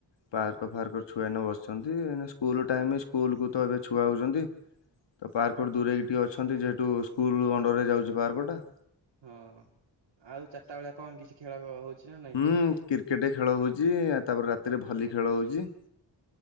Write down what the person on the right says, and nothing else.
ହଁ ଆଉ ଚାରିଟା ବେଳିଆ କଣ କିଛି ଖେଳ ହଉଛି ନା ନାଇଁ?